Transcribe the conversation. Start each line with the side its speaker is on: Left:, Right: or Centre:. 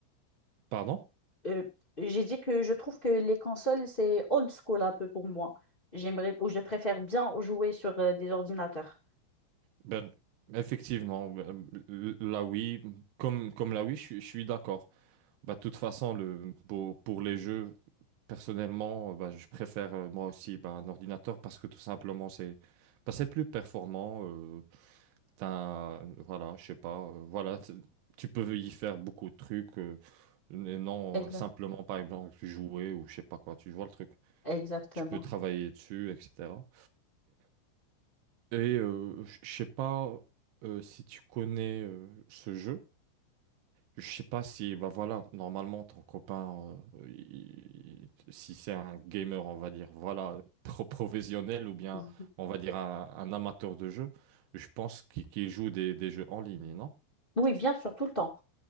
Right: Pardon?
Left: Euh, j'ai dit que je trouve que les consoles, c'est old school un peu pour moi. J'aimerais, ou je préfère bien jouer sur euh, des ordinateurs.
Right: Ben, effectivement, ben, là oui, comme, comme là oui, je, suis je suis d'accord. Bah, de toute façon, le, pour, pour les jeux, personnellement, bah, je préfère euh, moi aussi bah, un ordinateur parce que tout simplement, c'est bah, c'est plus performant. euh, t'as voilà, je sais pas, euh, voilà, t- tu peux y faire beaucoup de trucs, euh, et non
Left: Exact.
Right: euh, simplement, par exemple, jouer ou je sais pas quoi, tu vois le truc.
Left: Exactement.
Right: Tu peux travailler dessus, etc. Et euh, je je sais pas euh, si tu connais euh, ce jeu. Je sais pas si, bah voilà, normalement, ton copain, euh, il- il- si c'est un gamer, on va dire, voilà, pro professionnel ou bien,
Left: Mhm.
Right: on va dire, un, un amateur de jeu, je pense qu'il qu'il joue des, des jeux en ligne, non?
Left: Oui, bien sûr, tout le temps.